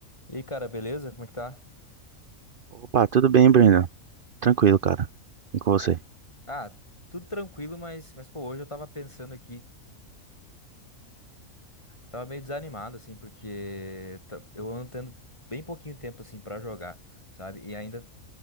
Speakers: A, on the left (about 20°); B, on the right (about 50°).
A: E aí, cara, beleza? Como é que tá?
B: Opa, tudo bem, Brenda? Tranquilo, cara. E com você?
A: Ah, tudo tranquilo, mas, mas pô, hoje eu tava pensando aqui, tava meio desanimado, assim, porque tá- eu ando tendo bem pouquinho tempo, assim, pra jogar, sabe? E ainda